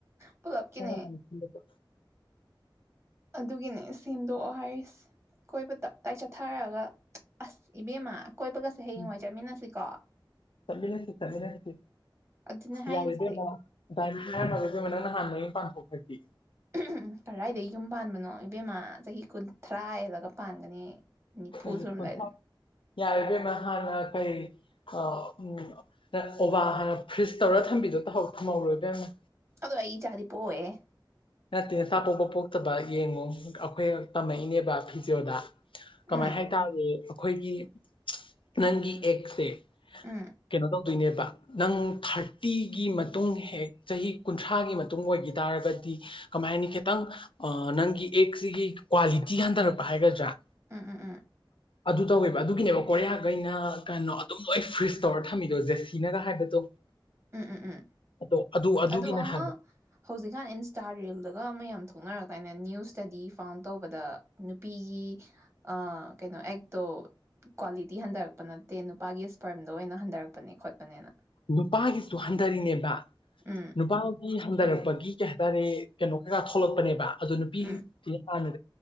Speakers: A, on the right (about 30°); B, on the left (about 85°).
A: ꯄꯨꯂꯞꯀꯤꯅꯦ
B: ꯃꯇꯝ ꯁꯤꯜꯂꯕ
A: ꯑꯗꯨꯒꯤꯅꯦ ꯁꯤꯡꯗꯣꯛꯑꯣ ꯍꯥꯏꯔꯤꯁꯦ ꯀꯣꯏꯕ ꯇꯞꯇꯥꯏ ꯆꯠꯊꯔꯒ ꯑꯁ ꯏꯕꯦꯝꯃ ꯀꯣꯏꯕꯒꯁꯦ ꯍꯌꯦꯡꯋꯥꯏ
B: ꯎꯝ
A: ꯆꯠꯃꯤꯟꯅꯁꯤꯀꯣ
B: ꯆꯠꯃꯤꯟꯅꯁꯤ ꯆꯠꯃꯤꯟꯅꯁꯤ
A: ꯑꯗꯨꯅꯦ ꯍꯥꯏꯔꯤꯁꯦ
B: ꯌꯥꯔꯦ ꯏꯕꯦꯝꯃ ꯗꯥꯢꯔꯤ ꯂꯥꯡꯅꯨ ꯏꯕꯦꯝꯃ ꯅꯪꯅ ꯍꯥꯟꯅ ꯅꯌꯨꯝ ꯄꯥꯡꯊꯣꯛꯈ꯭ꯔꯗꯤ
A: <unintelligible> ꯀꯔꯥꯏꯗꯒꯤ ꯌꯨꯝ ꯄꯥꯟꯕꯅꯣ ꯏꯕꯦꯝꯃ ꯆꯍꯤ ꯀꯨꯟꯊ꯭ꯔꯥ ꯍꯦꯜꯂꯒ ꯄꯥꯟꯒꯅꯤ ꯑꯩ ꯅꯤꯐꯨ
B: ꯅꯨꯃꯤꯠ
A: ꯁꯨꯔꯝꯗꯥꯏꯗ
B: ꯀꯨꯟꯊ꯭ꯔꯥ ꯌꯥꯔꯦ ꯏꯕꯦꯝꯃ ꯍꯥꯟꯅ ꯀꯩ ꯑ ꯎꯝ ꯔꯁꯑꯣꯕꯥ ꯍꯥꯟꯅ ꯐ꯭ꯔꯤꯖ ꯇꯧꯔ ꯊꯝꯕꯤ ꯗꯨ ꯇꯍꯧ ꯇꯧꯍꯧꯔꯣ ꯏꯕꯦꯝꯃ
A: ꯑꯗꯣ ꯑꯩ ꯏꯆꯥꯗꯤ ꯄꯣꯛꯑꯣꯢꯍꯦ
B: ꯅꯠꯇꯦ ꯅꯆꯥ ꯄꯣꯛꯄ ꯄꯣꯛꯇꯕ ꯌꯦꯡꯉꯣ ꯑꯩꯈꯣꯏ ꯇꯝꯃꯛꯏꯅꯦꯕ ꯐꯤꯖꯣꯗ ꯀꯃꯥꯏ
A: ꯎꯝ
B: ꯍꯥꯏꯇꯥꯕꯅꯤ ꯑꯩꯈꯣꯏꯒꯤ ꯅꯪꯒꯤ ꯑꯦꯛꯁꯦ
A: ꯎꯝ
B: ꯀꯩꯅꯣ ꯇꯧꯗꯣꯏꯅꯦꯕ ꯅꯪ ꯊꯔꯇꯤꯒꯤ ꯃꯇꯨꯡ ꯍꯦꯛ ꯆꯍꯤ ꯀꯨꯟꯊ꯭ꯔꯥꯒꯤ ꯃꯇꯨꯡ ꯑꯣꯏꯒꯤ ꯇꯔꯒꯗꯤ ꯀꯃꯥꯏ ꯍꯥꯢꯅꯤ ꯈꯤꯇꯪ ꯅꯪꯒꯤ ꯑꯦꯛꯁꯤꯒꯤ ꯀ꯭ꯋꯥꯂꯤꯇꯤ ꯍꯟꯊꯔꯛꯄ ꯍꯥꯏꯒꯗ꯭ꯔꯥ
A: <unintelligible>
B: ꯑꯗꯨ ꯇꯧꯋꯦꯕ ꯑꯗꯨꯒꯤꯅꯦꯕ ꯀꯣꯔꯤꯌꯥꯒꯩꯅ ꯀꯩꯅꯣ ꯑꯗꯨꯝ ꯂꯣꯏ ꯐ꯭ꯔꯤꯖ ꯇꯧꯔ ꯊꯝꯃꯤꯗꯣ ꯖꯦꯁꯤꯅꯒ ꯍꯥꯏꯕꯗꯣ
A: ꯎꯝ ꯎꯝ ꯎꯝ
B: ꯑꯗꯣ ꯑꯗꯨꯒꯤꯅꯦ
A: ꯑꯗꯨ ꯑꯃ
B: ꯍꯥꯏꯕ
A: ꯍꯧꯖꯤꯛꯀꯥꯟ ꯏꯟꯁ ꯇꯥ ꯔꯤꯜꯗꯒ ꯑꯃ ꯌꯥꯝ ꯊꯣꯛꯅꯔꯛꯇꯥꯏꯅꯦ ꯅ꯭ꯌꯨꯁ ꯁ꯭ꯇꯗꯤ ꯐꯥꯎꯟ ꯇꯧꯕꯗ ꯅꯨꯄꯤ ꯒꯤ ꯑꯥ ꯀꯩꯅꯣ ꯑꯦꯛꯇꯣ ꯀ꯭ꯋꯥꯂꯤꯇꯤ ꯍꯟꯊꯔꯛꯄ ꯅꯠꯇꯦ ꯅꯨꯄꯥꯒꯤ ꯁ꯭ꯄꯔꯝꯗꯣ ꯑꯣꯏꯅ ꯍꯟꯊꯔꯛꯄꯅꯦ ꯈꯣꯠꯄꯅꯦꯅ
B: ꯅꯨꯄꯥꯒꯤꯁꯨ ꯍꯟꯗꯔꯤꯅꯦꯕ
A: ꯎꯝ
B: ꯅꯨꯄꯥꯒꯤ ꯍꯟꯗꯔꯛ ꯄꯒꯤ ꯀꯩ ꯍꯥꯏꯇꯥꯔꯦ ꯀꯩꯅꯣ ꯈꯔ ꯊꯣꯛꯂꯛꯄꯅꯦꯕ ꯑꯗꯨ ꯅꯨꯄꯤꯒꯤꯁꯦ
A: ꯎꯝ
B: ꯍꯥꯟꯅ